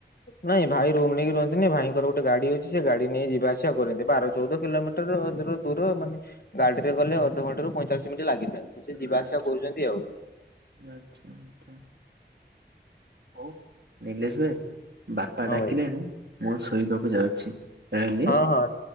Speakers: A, on the left; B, on the right.
A: ନାଇଁ! ଭାଇ ରୁମ ନେଇକି ରୁହନ୍ତିନି ଭାଇଙ୍କର ଗୋଟେ ଗାଡି ଅଛି ସେ ଗାଡି ନେଇ ଯିବା ଆସିବା କରନ୍ତି। ବାର, ଚଉଦ କିଲୋମିଟର ଦୂର ମାନେ ଗାଡିରେ ଗଲେ ଅଧଘଣ୍ଟ ରୁ ପଇଁଚାଳିଶ ମିନିଟ୍ ଲାଗିଥାଏ। ସେ ଯିବା
B: ଆଛା!
A: ଆସିବା କରୁଛନ୍ତି ଆଉ
B: ଆଛା-ଆଛା! ହଉ, ନିଲେଶ ଭାଇ! ବାପା
A: ହଁ
B: ଡାକିଲେଣି,
A: ଭାଇ
B: ମୁଁ ଶୋଇବାକୁ ଯାଉଛି ରହିଲି।
A: ହଁ ହଁ